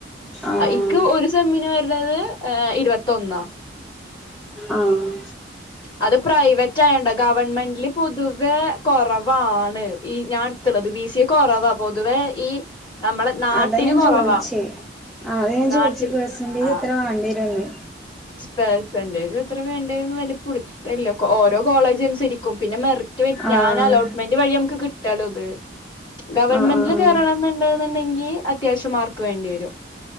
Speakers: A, in the centre; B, on the left.
A: ആഹ്
B: ഇക്ക് ഒരു സെമ്മിന് വരുന്നത് ഏഹ് ഇരുപത്തി പത്തൊന്ന്
A: ആഹ്
B: അത് പ്രൈവറ്റ് ആയണ്ട ഗവൺമെന്റിില് പൊതുവെ കുറവാണ് ഈ ഞാൻടുത ത് ബി സി എ കുറവാ പൊതുവേ ഈ നമ്മളെ നാട്ടില്
A: അതാ ഞാൻ
B: കൊറവാ
A: ചോയിച്ചേ ആഹ് അത് ഞാൻ
B: നാട്ടിൽ
A: ചോയിച്ചു പെർസെന്റേജ്
B: ആഹ്
A: എത്ര വാണ്ടിയെരുംന്ന്
B: പെർസെന്റേജ് എത്ര വേണ്ടെരുന്ന് വലിയപുടുത്തല്ല. ഓരോ കോളേജ് അനുസരിക്കും പിന്നെ മെറി
A: ആഹ്
B: ഞാൻ അലോട്ട്മെന്റ് വഴി നമുക്ക് കിട്ടാലോ അത്. ഗവണ്മെന്റിൽ
A: ആഹ് ആഹ് ആഹ്
B: കേറണം എന്നുണ്ടന്നുണ്ടെങ്കി അത്യാവശ്യം മാർക്ക് വേണ്ടി വരും.